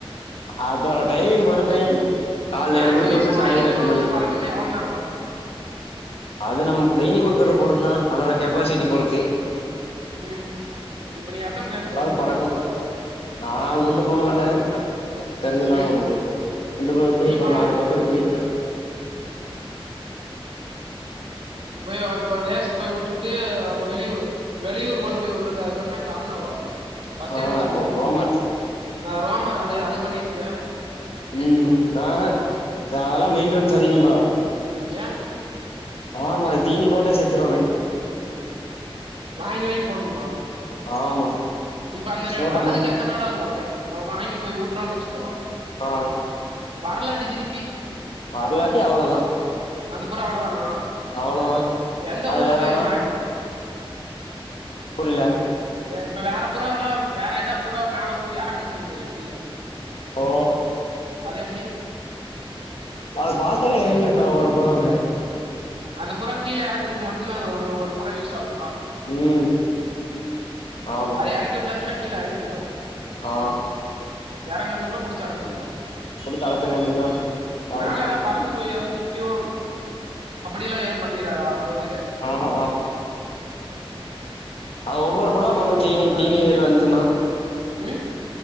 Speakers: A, on the left (about 75°); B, on the right (about 80°).
A: அதோட டைமிங் பொறுத்து கால்ல
B: மேக்சிமம்
A: ஏழு மணிக்கு உட்ரு
B: இப்ப
A: சாங்கால
B: வாங்கிட்டு
A: எட்டு
B: போனவொன்ன
A: மணிக்குள்ள
B: பறக்கணுனா எவ்ளோ நேரோ பறக்கு
A: அது நம் டிரெயினிங் குடுக்கறத பொறுத்தா அதோட கெப்பாசிட்டி பொறுத்து
B: ம் இப்ப நீ எத்தன ரேஸ்
A: நல்லாவே
B: கொண்டு போயிருக்க
A: பறக்கும்
B: புறாவ
A: நா கொண்டு போனதில்ல தெரிஞ்ச அண்ணா
B: ம்
A: கொண்டு போய் இருக்கு கொண்டு போய்ட்டு
B: நீ
A: இப்ப
B: போனது
A: நாலு
B: இல்லையா
A: <unintelligible> வீட்ல
B: போய் இப்ப ரேஸ்க் போய் உட்டுட்டு அவுங்க வெளியூ வெளியூர்க் கு கொண்டு போய் உட்றது அது பேர்ன்ன கார்ணாவா ஃபஸ்ட்டு
A: ஆ
B: என்னமோ சொன்னியே
A: ரோமர்
B: ஆ ரோமர் அது அது பண்ணி இருக்கியா
A: ம் நா அதெல்லா மெயின்டனன்ஸ் அதிகண்டா
B: ஏ
A: ஆமா அதுக்கு தீனி போட்டே செத்துருரோனு
B: வாங்கி வாங்கி போடணுமா
A: ஆமா
B: இப்ப அந்த
A: மூட்ட
B: வர்றதுக்கு
A: மூட்ட
B: எத்த நாள் ஆகு வாங்கி போய் விட்டுறோன்னு வெச்சுக்கோ
A: ஆ
B: வர்லாட்டி திரிப்பி
A: வரலாட்டி அவ்ளதான்
B: அந்த புறா அவ்ள தானோ
A: அவ்ளோதான்
B: எந்த
A: அது
B: ஊர்ல
A: வேறவனா
B: போய்
A: புரியல
B: இப்ப வேற புறாவவுலாம் வேற ஏதா புறா மேல விட்டு எறக்கணும்னு சொல்லுவ இல்ல கீழ
A: ஓ
B: அது எப்டி
A: அது பாத்தாலே எறங்கின்டா ஒவ்வொரு புறாமே
B: அந்த புறா கீழ எறக்குறக்கு மட்டும்தான் அது ஒரு ஒரு புறா யூஸ் ஆகுமா
A: ம் ஆமா
B: அத எறக்கி விட்டாச்சுன்னா கீழ எறங்கிடோ
A: ஆ
B: எறங்கினக்கப்புறம் புடிச்சி அடச்சுட்ணும்
A: <unintelligible> அப்டி தலைத்த அப்படிதா காமெடி
B: மேல பறந்து போய் ஏது திங்கும் அப்டில்லாம் எதுவும் பண்ணிறாத வரும்போது
A: ஆஹா அவ ஒவ்வொரு புறா பண்ணு
B: <unintelligible>
A: தீனி தீனி வந்துச்சுன்னா
B: ம்